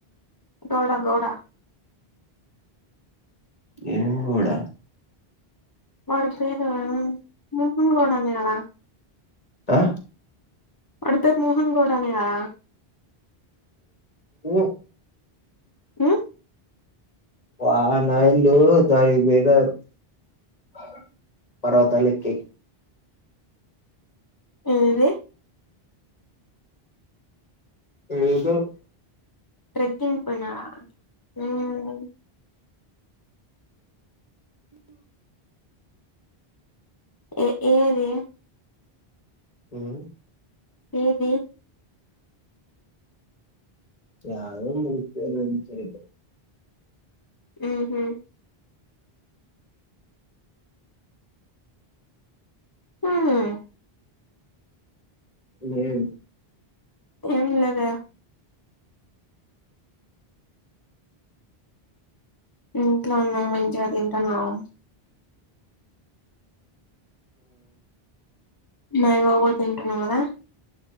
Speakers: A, on the left (about 20°); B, on the left (about 40°).
A: గౌడా గౌడా
B: ఏ మికూడా
A: మడ పేరు మూహన్గడనేడా
B: ఆ
A: పడ త న్‌ మోహన్ గౌడనే న
B: ఊ
A: ఉ
B: వాన ఇలు దాడి బర <inaudible> పర్వతాలెక్కి
A: ఏది
B: ఏదో
A: ట్రెక్కింగ్ పనా హ్మ్మ్ ఏ ఏది
B: హ్మ్మ్
A: ఏది
B: ద మురు <inaudible>
A: ఉహు హ్మ్మ్
B: హుమ్మ్
A: ఎం లేదే ఇంట్లో ఉన్నావు మంచిగా తింటున్నావు నేయి బొమొ తింటున్న గదా